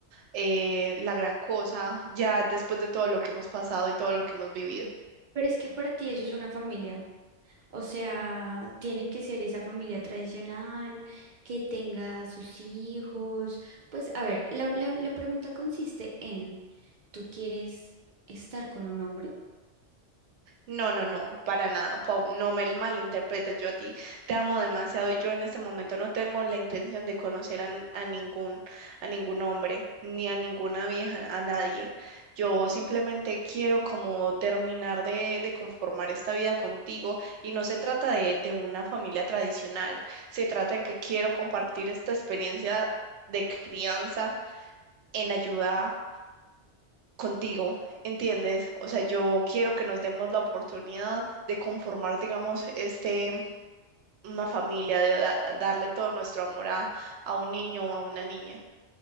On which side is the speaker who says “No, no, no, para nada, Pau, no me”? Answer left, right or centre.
Right